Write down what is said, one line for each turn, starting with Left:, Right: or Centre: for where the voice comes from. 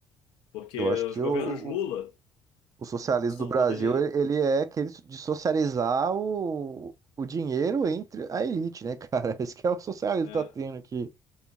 Left: Porque
Right: Eu acho que
Left: os
Right: o,
Left: governos Lula
Right: o, o socialismo
Left: são
Right: do Brasil,
Left: quando ele.
Right: ele é aquele so, de socializar o, o dinheiro entre a elite, né, cara? <laughs> Esse que é o socialismo
Left: é.
Right: que tá tendo aqui.